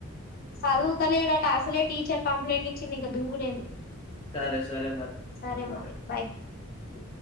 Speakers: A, on the left; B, on the left.
A: చదువుతలేడంట అసలే టీచర్ కంప్లైంట్ ఇచ్చింది ఇంకా దుంకుడు ఎందుకు
B: సరే సరే మరి
A: సరే
B: మల్ల
A: మరి
B: రెకు
A: బై